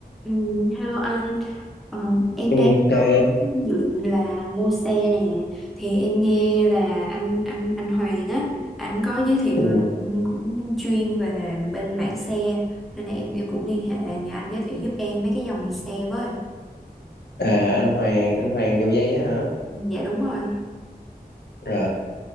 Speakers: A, in the centre; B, on the left (about 85°).
A: Ừ, hello anh, Ờ, em
B: Ừ,
A: đang có
B: chơi em.
A: dự định là mua xe nè, thì em nghe là anh anh anh Hoàng á, anh có giới thiệu
B: Ừ.
A: là anh cũng chuyên về bên mảng xe, nên là em em cũng liên hệ nhờ anh giới thiệu giúp em mấy cái dòng xe với.
B: À, anh Hoàng anh Hoàng vô dây á hả
A: Ừ, Dạ đúng rồi,
B: Rồi.